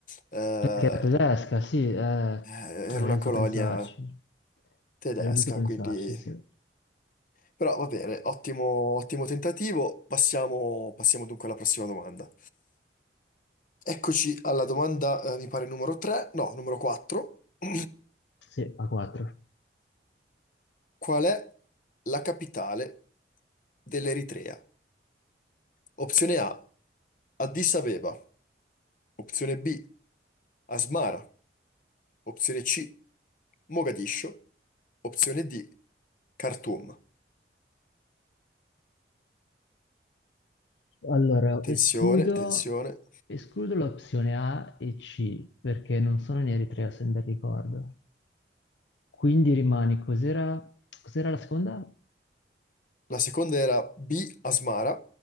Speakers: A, on the left; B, on the left.
A: eh,
B: Perché è tedesca, sì, eh, avrei
A: Eh, Era una
B: dovuto
A: colonia
B: pensarci.
A: tedesca,
B: Avrei dovuto pensarci,
A: quindi...
B: sì.
A: Però va bene, ottimo, ottimo tentativo. Passiamo, passiamo dunque alla prossima domanda. Eccoci alla domanda, eh, mi pare numero 3, no, numero 4. <clears throat>
B: Sì, a 4.
A: Qual è la capitale dell'Eritrea? Opzione A, Addis Abeba. Opzione B, Asmara. Opzione C, Mogadiscio. Opzione D, Khartoum.
B: Allora,
A: Tensione,
B: escludo,
A: tensione.
B: escludo l'opzione A e C, perché non sono in Eritrea, se ben ricordo. Quindi rimane, cos'era cos'era la seconda?
A: La seconda era B, Asmara.